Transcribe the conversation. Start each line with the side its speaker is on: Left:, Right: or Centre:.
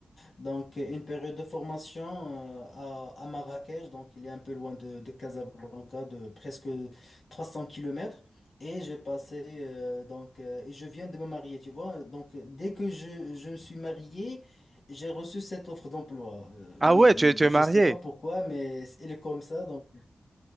Left: donc, euh, une période de formation euh, à, à Marrakech, donc il est un peu loin de, de Casablanca, de presque 300 kilomètres. Et j'ai passé, euh, donc, euh, et je viens de me marier, tu vois. Donc, dès que je, je me suis marié, j'ai reçu cette offre d'emploi. Euh,
Right: Ah
Left: mm,
Right: ouais, tu es, tu es
Left: mm, je
Right: marié.
Left: sais pas pourquoi, mais elle est comme ça. Donc,